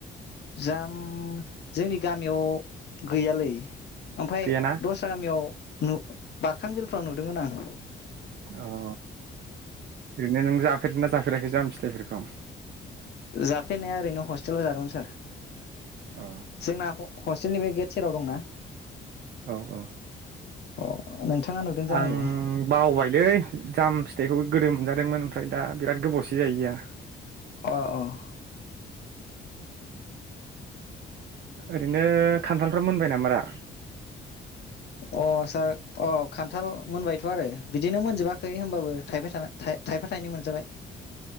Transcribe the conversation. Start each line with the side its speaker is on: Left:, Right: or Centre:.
Left: जाम जोंनि गामियाव गैयालै ओमफाय
Right: गैयाना
Left: दस्रा गामियाव मु बारखांबिलफ्राव नुदोंमोन आं।
Right: अह ओरैनो नों जाफेरदों ना जाफेराखै जाम फिथाइफोरखौ?
Left: जाफेरनाया ओरैनो हस्टेलाव जादोंमोन सार।
Right: अ
Left: जोंना ह हस्टेलनि बे गेट सेराव दंना।
Right: औ औ
Left: अ नोंथाङा नुदों जानांगौ
Right: आं बावबायलै जाम फिथाइखौबो गोदो मोनजा दोंमोन ओमफ्राय दा बिराद गोबावसै जायैया।
Left: अह अह।
Right: ओरैनो खान्थालफ्रा मोनबाय नामारा?
Left: अ सार अ खान्थाल मोनबायथ' आरो बिदिनो मोनजोबाखै होमबाबो थायबाय थानाय। था थाइफा थाइनै मोनजाबाय।